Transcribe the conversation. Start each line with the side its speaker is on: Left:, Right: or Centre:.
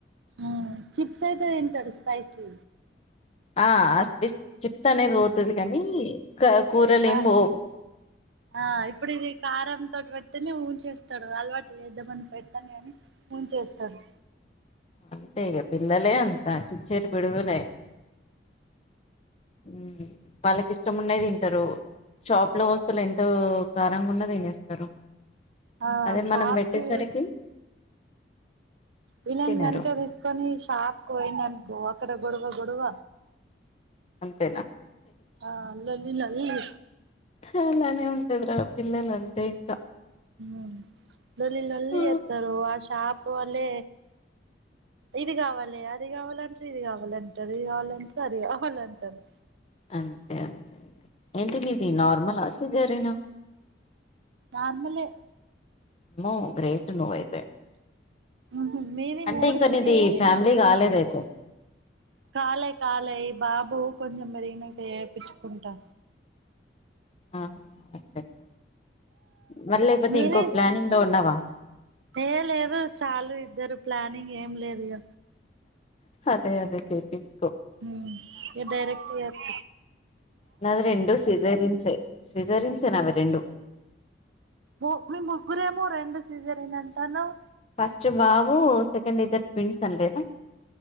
Right: ఊ చిప్స్ అయితే దింటడు స్పైసీ
Left: ఆ అస్థిత్ చిప్స్ అనేది పోతది క కానీ కూరలు
Right: ఆ
Left: ఏం పోవు
Right: ఆ ఇప్పుడు ఇది కారంంతోటి పెడతనే ఊంచేస్తాడు అలవాటు ఎద్ద పని పెడతను అని ఊంచేస్తాడు
Left: అంతే ఇక పిల్లలే అంతా చిచ్చరి పిడుగులే ఊ వాళ్ళకి ఇష్టం ఉన్నయ్ తింటరు షాప్ లో వస్తులు ఎంతో కారంగా ఉన్న తినేస్తారు
Right: ఆ
Left: అదే
Right: షాప్కి
Left: మనం పెట్టేసరికి
Right: ఊ విన నన్
Left: తినరు
Right: వెనక తీసుకొని షాక్ పోయినన్ గోవక్కడ గొడవ గొడవ
Left: అంతేనా
Right: ఆ లొల్లి లొల్లీ
Left: అలానే ఉంటది రా పిల్లల అంతే ఇంకా
Right: ఊ లొల్లి లొల్లి
Left: ఉ
Right: ఎత్తారు ఆ షాప్ పోలే ఇది కావాలి అది కావాలంట్రూ ఇది కావాలంటరు ఇది కావాలంటరు అది కావాలంటారు
Left: అంతే అంతే ఇగ ఏంటి నీది నార్మల్ ఆ సిజరనా
Right: నార్మల్ ఏ
Left: ఆమ్మో గ్రేట్ నువయితే
Right: ఉహు మీది
Left: అంటే
Right: మూడు
Left: ఇంకా
Right: సీజరినేనా
Left: నీది ఫ్యామిలీ కాలేద్ అయితే
Right: కాలే కాలే ఈ బాబు కొంచెం పెరిగినంక చేపించుకుంటా
Left: ఆహా అచ్చ అచ్చ మరి లేకపోతే
Right: మీని
Left: ఇంకో ప్లానింగ్ లో ఉన్నావా
Right: ఏ లేదు చాలు ఇద్ ఇద్దరు ప్లానింగ్ ఏం లేదు ఇగ
Left: అదే అదే చేేపిచ్
Right: ఊ ఇగ డైరెక్ట్ ఎప్పు
Left: నాద రెండూ సీజరిన్ సే సిజెరియన్స్ ఏ నావి రెండు
Right: ము మీ ముగ్గురేమో రెండు సీజరన్ అంటన్నవ్
Left: ఫస్ట్ బావు సెకెండ్ ఇద్దరు ట్విన్స్ అన్లేదా